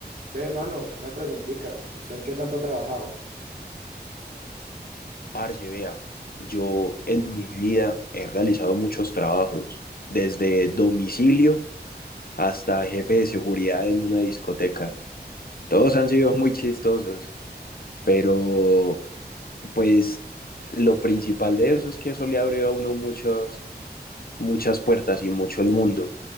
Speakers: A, on the right (about 55°); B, on the left (about 60°).
A: Ve, mano, una preguntita. ¿Usted en qué tanto ha trabajado?
B: Parce, vea, yo en mi vida he realizado muchos trabajos, desde domicilio hasta jefe de seguridad en una discoteca. Todos han sido muy chistosos, pero pues lo principal de eso es que eso le abre a uno muchas, muchas puertas y mucho el mundo.